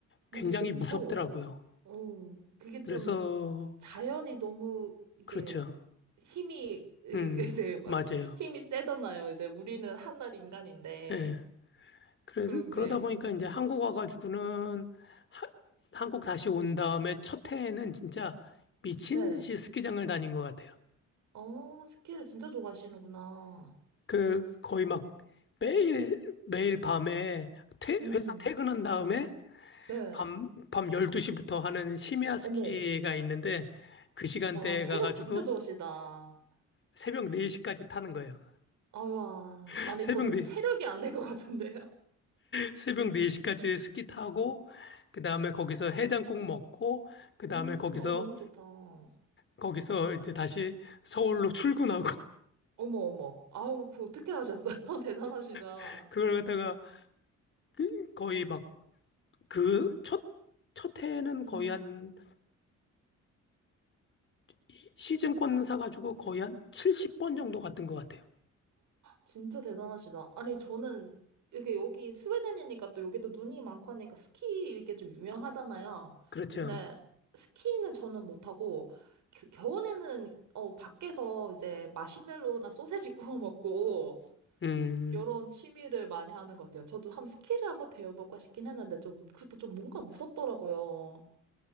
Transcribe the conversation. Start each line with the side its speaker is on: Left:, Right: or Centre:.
Right: 좀
Left: 굉장히
Right: 되게 무서워요.
Left: 무섭더라고요.
Right: 어, 그게
Left: 그래서,
Right: 좀 자연이 너무 이게
Left: 그렇죠.
Right: 힘이 <laughs> 이-
Left: 음,
Right: 제 맞
Left: 맞아요.
Right: 힘이 세잖아요. 이제 우리는 한낱 인간인데
Left: 예. 그래서
Right: 그런
Left: 그러다
Right: 게
Left: 보니까
Right: 음.
Left: 이제 한국 와가지고는 하- 한국 다시 온 다음에 첫 해에는 진짜 미친
Right: 네.
Left: 듯이 스키장을 다닌 것 같아요.
Right: 어, 스키를 진짜 좋아하시는구나.
Left: 그 거의 막 매일 매일 밤에 퇴-
Right: 음.
Left: 회사 퇴근한 다음에
Right: 네.
Left: 밤, 밤 12시부터 하는 심야 스키가
Right: 어머.
Left: 있는데 그 시간대에
Right: 와, 체력
Left: 가가지고
Right: 진짜 좋으시다. 아
Left: 새벽 4시까지 타는 거예요.
Right: 와.
Left: <laughs>
Right: 아니
Left: 새벽
Right: 저는
Left: 네
Right: 체력이 안 될 것 같은데요.
Left: 새벽 4시까지 스키 타고 그 다음에 거기서 해장국 먹고
Right: <laughs>
Left: 그 다음에
Right: 음,
Left: 거기서
Right: 어 너무 좋다. 어머
Left: 거기서 이제 다시 서울로 출근하고
Right: 어머. 아우, 그 어떻게 하셨어요? <laughs> 대단하시다.
Left: <laughs> 그걸 갖다가 그- 거의 막 그 첫, 첫 해에는 거의
Right: 음.
Left: 한 이- 시즌권 사가지고 거의 한 70번 정도 갔던 것 같아요.
Right: 진짜 대단하시다. 아니, 저는 이게 여기 스웨덴이니까 또 여기도 눈이 많고 하니까 스키 이게 좀 유명하잖아요.
Left: 그렇죠.
Right: 근데 스키는 저는 못하고 겨- 겨울에는 어, 밖에서 이제 마시멜로나 소세지 <laughs> 구워 먹고
Left: 음,
Right: 이런 취미를 많이 하는 것 같아요. 저도 한 스키를 한번 배워볼까 싶긴 했는데 좀 그것도 좀 뭔가 무섭더라고요.